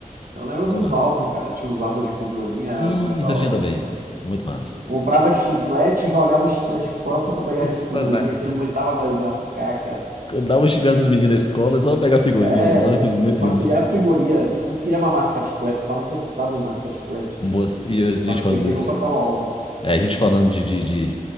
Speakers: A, on the right; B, on the left.
A: Eu lembro
B: Mas
A: dos
B: Era massa.
A: álbuns, cara. Tinha os álbuns de figurinha, era
B: E
A: muito da
B: você
A: hora.
B: tinha também. Muito massa.
A: Comprava chiclete, e jogava o chiclete fora só pra pegar
B: <laughs>
A: de figurinha,
B: Pois é.
A: que você não aguentava mais mascar, cara.
B: Eu dava um chiclete pros meninos na escola, só pra pegar a figurinha.
A: É,
B: Nossa, eu fiz
A: você
B: muito
A: só
B: isso.
A: queria a figurinha. Você não queria mais mascar chiclete, você tava cansado de mascar chiclete.
B: Moça, e a gente
A: Só que
B: falando
A: você queria
B: disso.
A: completar o álbum.
B: É, a gente falando de, de, de-